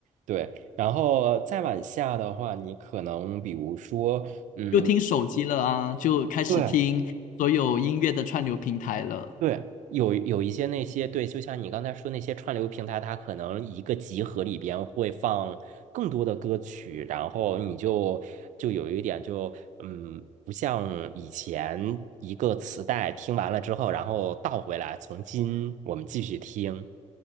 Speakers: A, on the right; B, on the left.
A: 对，然后再往下的话，你可能比如说，嗯，
B: 就听手机了啊，就开始听所有音乐的串流平台了。
A: 对对，有有一些那些对，就像你刚才说那些串流平台，它可能一个集合里边会放更多的歌曲，然后你就就有一点就嗯，不像以前一个磁带听完了之后，然后倒回来，从新我们继续听。